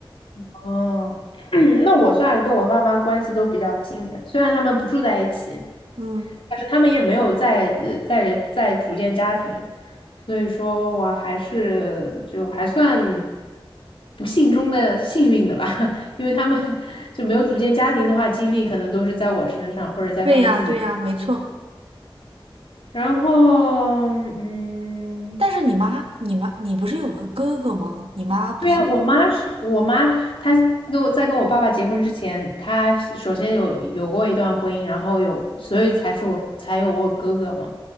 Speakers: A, on the left; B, on the right.
A: 哦，<clears throat> 那我算跟我爸妈关系都比较近的，虽然他们不住在一起。
B: 嗯，
A: 但是他们也没有在呃在在组建家庭，所以说我还是就还算不幸中的幸运的吧，<laughs> 因为他们就没有组建家庭的话，精力可能都是在我身上或者在他们自己。
B: 对呀，对呀，没错。
A: 然后，嗯，
B: 但是你妈，你妈，你不是有个哥哥吗？你妈不算。
A: 对啊，我妈是我妈，她跟我在跟我爸爸结婚之前，她首先有有过一段婚姻，然后有，所以才是我才有我哥哥嘛，